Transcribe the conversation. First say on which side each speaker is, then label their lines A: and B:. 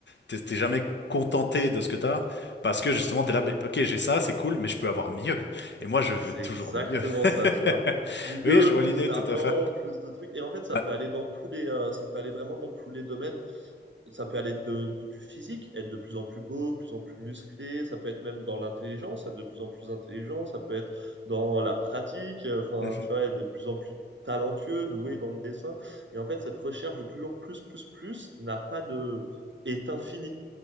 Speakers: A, on the left (about 70°); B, on the right (about 80°).
A: t'es t'es jamais contenté de ce que t'as parce que justement t'es là bah, ok j'ai ça c'est cool mais je peux avoir mieux et moi je veux
B: c'est
A: toujours
B: exactement
A: mieux. <laughs>
B: ça, tu vois. Mieux,
A: Oui je vois
B: plus
A: l'idée
B: d'argent,
A: tout à fait.
B: plus de trucs. Et en fait, ça
A: Ouais,
B: peut aller dans tous les, euh, ça peut aller vraiment dans tous les domaines. ça peut aller de, du physique, être de plus en plus beau, de plus en plus musclé, ça peut être même dans l'intelligence, être de plus en plus intelligent, ça peut être dans la pratique, euh,
A: <laughs>
B: enfin,
A: Mhm.
B: tu vois, être de plus en plus talentueux, doué dans le dessin. Et en fait, cette recherche de toujours plus, plus, plus n'a pas de... est infinie.